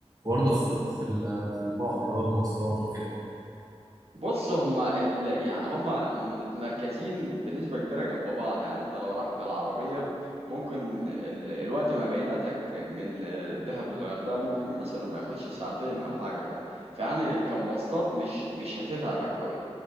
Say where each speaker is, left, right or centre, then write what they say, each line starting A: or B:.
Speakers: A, on the right (about 35°); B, on the right (about 65°).
A: برضه في في ال- في البعد اللي هو المواصلات وكده
B: بص هما ال... يعني هما متمركزين بنسبة كبيرة جنب بعض يعني انت لو رايح بالعربية ممكن ال... الوقت ما بينتك من آه، دهب للغردقة ممكن مثلا ما ياخدش ساعتين او حاجة ف... فيعني كمواصلات مش مش هتتعبك قوي